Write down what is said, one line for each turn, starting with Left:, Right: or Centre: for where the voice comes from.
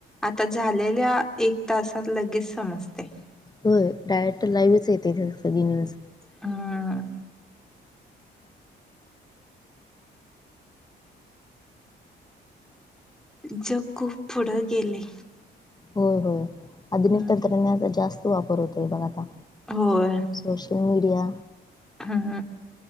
Centre: आता झालेल्या एक तासात लगेच समजतय.
Left: होय डायरेक्ट लाईव्हच येते सगळी न्यूज.
Centre: हा. जग खूप पुढं गेलय.
Left: होय होय आधुनिक
Centre: हम्म
Left: तंत्रज्ञाचा जास्त वापर होतोय बघ आता.
Centre: होय.
Left: Social media.
Centre: हा.